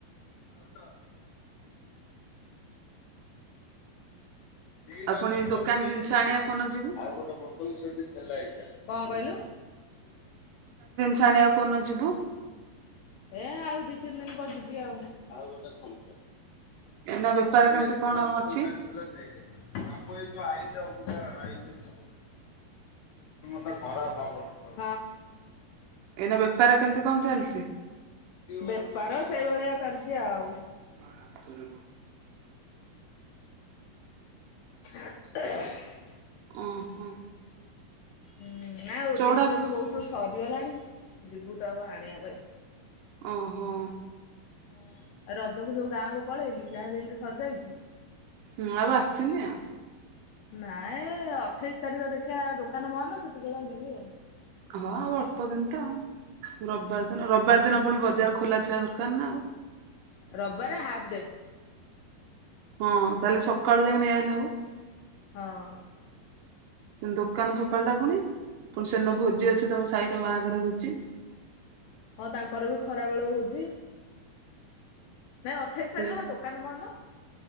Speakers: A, on the left; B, on the right.
A: <inaudible> ଭାଉଜ ଦିଟା
B: ଆଉ ପୁଣି
A: ବୋତଲ୍
B: ଦୋକାନ
A: ନେଇଥିଲି
B: ଜିନିଷ ଆଣିବାକୁ କୋଉଦିନ ଯିବୁ
A: ଆଉ ଗୋଟେ ବୋ କଁ କହିଲ?
B: <inaudible> ଆଣିଆକୁ କୋରଦିନ ଯିବୁ?
A: ଏ ଆଉ ଦି ତିନି ଦିନି ପରେ ଯିବି ଆଉ।
B: ଏଇନା ବେପାର
A: ମୁଁ ଗୋଟେ
B: କେମିତି
A: ଏକ୍ସ
B: କଣ
A: ଟ୍ରା ବୋତଲ୍
B: ଅଛି
A: ସେ <inaudible> ହେଲା ନାଇ ବାବୁ ଏଇ ଯଉ ଆଇିଲ ଅବଧା ଆଇିଲବ <inaudible> ତ ଖରାପ ହବ
B: ଏଇନେ ବେପାର କେମ୍ ତି କଣ ଚାଲିଛି?
A: ବେପାର ସେଇଭଳିଆ ଚାଲିଛି ଆଉ।
B: ହଁ ହାତୁରୁ।
A: <unintelligible>
B: ଅଁ ହଁ।
A: ହୁଁ ନାଇଁ ଆଉ ଜିନିଷ
B: ଗୁଡା
A: ବି ବହୁତୁ ସରିଗଲାଣି ଯିବୁ ତ ଆଉ ଆଣିଆ ପାଇଁ।
B: ଓହୋ।
A: ହଁ ଆଉ ରଜ କୁ ଯୋଉ ଗାଁକୁ ପଳେଇଲି ଯାହା ଯେମିତି ସରିଯାଇଚି
B: ମୁଁ ଆଉ ଆସିନି ଆଉ।
A: ନାଇଁ ଅଠେଇଶି ତାରିଖ ଦେଖିିଆ ଦୋକାନ ବନ୍ଦ ସେତିକିବଳେ ଯିବି ଆଉ।
B: ହଁ ଆଉ ଅଳ୍ପ ଦିନି ତ। ରବିବାର
A: ହୁଁ
B: ଦିନ ରବିବାର ଦିନ ପୁଣି ବଜାର ଖୋଲା ଥିବା ଦରକାର ନା ଆଉ।
A: ରବିବାରେ ହାଫ୍ ଡେ।
B: ହଁ ତାହଲେ ସକାଳୁ ଯାଇଁ ନେଇ ଆଇଲେ ହବ?
A: ହଁ।
B: ଦୋକାନ ସକାଳଟା ପୁଣି ପୁଣି ସେଦିନ ଭୋଜି ଅଛି ତମ ସାଇର ବାହାଘର ଭୋଜି।
A: ହଁ ତାଙ୍କର ବି ଖରା ବେଳ ଭୋଜି। ନାଇଁ ଅଠେଇଶି
B: ସେ
A: ତାରିଖ ବା ଦୋକାନ ବନ୍ଦ